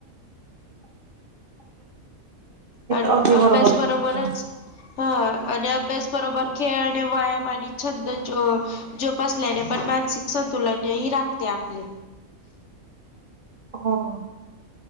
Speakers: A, on the right (about 50°); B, on the left (about 60°).
A: हे
B: आणि
A: तर अगदी बरोबर
B: अभ्यास बरोबरच.
A: बोलले तुम्ही
B: हा आणि अभ्यास बरोबर खेळ आणि व्यायाम आणि छंद जो जोपसल्याने पण मानसिक संतुलन ही राखते आपले.
A: हो.